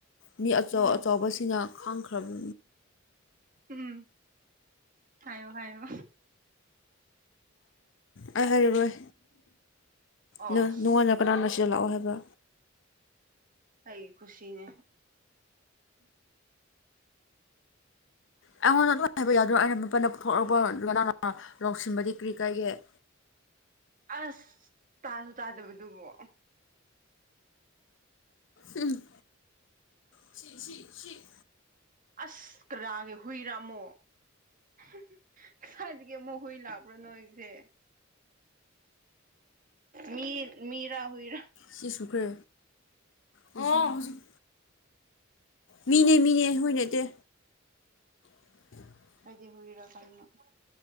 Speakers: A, on the left; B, on the right.
A: ꯃꯤ ꯑꯆꯧ
B: ꯎꯝ
A: ꯑꯆꯧꯕꯕꯁꯤꯡꯅ ꯈꯥꯡꯈ꯭ꯔꯕ
B: ꯎꯝ ꯍꯥꯏꯌꯣ ꯍꯥꯏꯌꯣ꯫
A: ꯑꯩ ꯍꯥꯏꯔꯨꯔꯣꯏ
B: ꯑꯁ
A: ꯅꯪꯉ‌ꯣꯟꯗ ꯀꯅꯥꯅꯣ ꯁꯤꯗ ꯂꯥꯛꯑꯣ ꯍꯥꯏꯕ꯫
B: ꯑꯩꯩ ꯈꯨꯁꯤꯅꯦ꯫
A: ꯑꯩꯉꯣꯟꯗ ꯑꯗꯨꯝ ꯍꯥꯏꯕ ꯌꯥꯗ꯭ꯔꯣ ꯑꯩꯅ ꯃꯄꯟꯗ ꯊꯣꯛꯂꯛꯄ ꯂꯅꯥ ꯅ ꯂꯧꯁꯤꯟꯕꯗꯤ ꯀꯔꯤ ꯀꯥꯏꯒꯦ <unintelligible>
B: ꯑꯁ ꯇꯥꯁꯨ ꯇꯥꯗꯕꯗꯨꯕꯣ꯫
A: ꯎꯝ ꯁꯤ ꯁꯤ ꯁꯤ
B: ꯑꯁ ꯀꯔꯥꯒꯤ ꯍꯨꯏꯔ ꯑꯝꯃꯣ <unintelligible> ꯑꯃꯣꯛ ꯍꯨꯏ ꯂꯥꯛꯄ꯭ꯔꯥ ꯅꯣꯏꯁꯦ ꯃꯤ! ꯃꯤꯔ ꯍꯨꯏꯔꯥ
A: ꯁꯤꯁꯨꯈ꯭ꯔꯦ ꯑ ꯍꯧꯖꯤꯛ ꯃꯤꯅꯦ ꯃꯤꯅꯦ ꯍꯨꯏ ꯅꯇꯦ꯫ <inaudible>
B: ꯍꯔꯕꯀ <unintelligible>